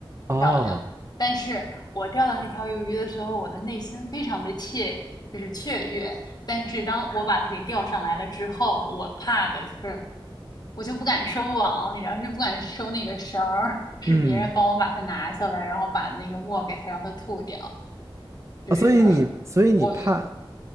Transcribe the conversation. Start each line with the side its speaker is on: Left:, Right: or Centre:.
Right: 哦，
Left: 漂亮。但是我钓到那条鱿鱼的时候，我的内心非常的雀，就是雀跃。但是当我把它给钓上来了之后，我怕的就是。我就不敢收网，你知道，就不敢收那个绳儿，是别人帮我把它拿下来，
Right: 嗯，
Left: 然后把那个墨给它让它吐掉。就是我觉得，
Right: 哦所以你，所以你怕，